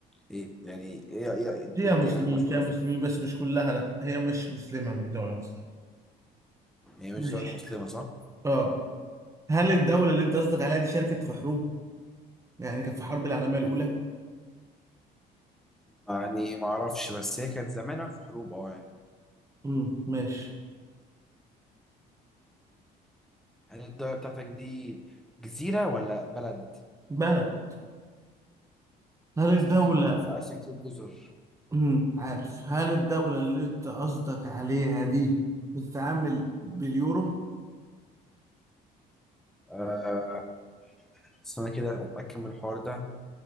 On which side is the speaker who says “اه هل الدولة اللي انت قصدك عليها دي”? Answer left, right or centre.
Right